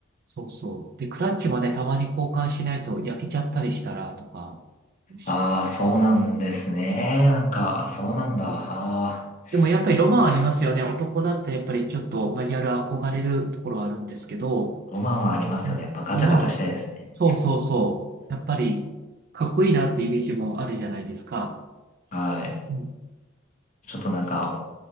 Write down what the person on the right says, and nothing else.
そうそう。で、クラッチもね、たまに交換しないと焼けちゃったりしたら、とか、う
ん
そう
でもやっぱりロマンありますよね。
男だったらやっぱりちょっとマニュアル憧れるところはあるんですけど、
うんロマンは、
そうそうそう。やっぱりかっこいいなってイメージもあるじゃないですか。
うん